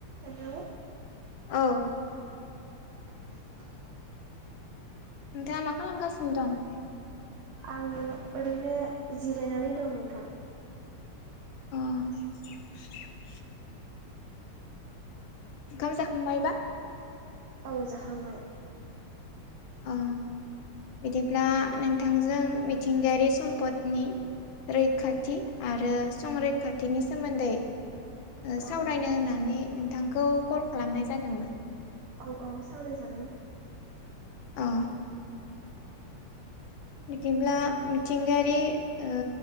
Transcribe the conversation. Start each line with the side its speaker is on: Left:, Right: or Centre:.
Right: Hello
Left: औ।
Right: <inaudible>
Left: नोंथाङा मा खालामगासिनो दं?
Right: आं ओरैनो जिरायनानै दं नोंथां।
Left: <inaudible> ओंखाम जाखांबायबा?
Right: औ जाखांबाय।
Left: औ बिदिब्ला नोंथांजों मिथिंगायारि सम्पदनि रैखाथि आरो संरैखाथिनि सोमोन्दै ओ सावरायनो
Right: औ
Left: होननानै नोंथांखौ कल खालामनाय जादोंमोन।
Right: औ औ सावरायजागोन।
Left: औ।
Right: <inaudible>
Left: बिदिब्ला मिथिंगायारि ओ